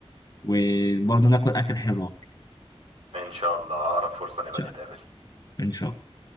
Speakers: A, on the left; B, on the right.
A: وبرضه ناكل أكل حلو إن
B: إن شاء الله أقرب فرصة نبقى
A: شاء
B: نتقابل
A: إن شاء الله